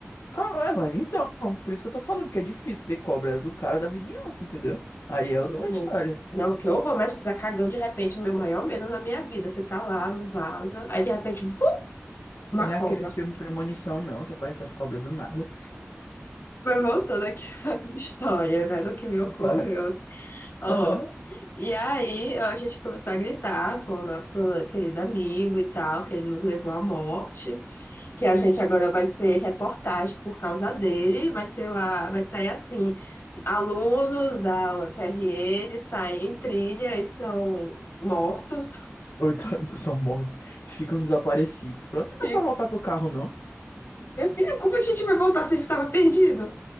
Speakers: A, on the left; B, on the left.
A: Claro, é, mas então, por isso que eu tô falando que é difícil ter cobra, é do cara da vizinhança, entendeu? Aí é outra
B: Que horror.
A: história.
B: Não, que horror, mas você tá cagando de repente, meu maior medo na minha vida. Você tá lá no vaza aí de repente, vu, uma
A: Não
B: cobra.
A: é aqueles filmes Premonição, não, que aparecem as cobras do nada.
B: Mas voltando aqui <laughs> à história, né, do que me ocorreu.
A: Vai.
B: Ó,
A: Aham.
B: e aí a gente começou a gritar com o nosso querido amigo e tal, que ele nos levou à morte, que a gente agora vai ser reportagem por causa dele, vai ser lá, vai sair assim, alunos da UFRN saem em trilha e são mortos. <laughs>
A: Ou então eles são mortos, ficam desaparecidos. Pronto, não
B: E
A: é só voltar pro carro, não.
B: Meu filho, como a gente vai voltar se a gente tava perdido?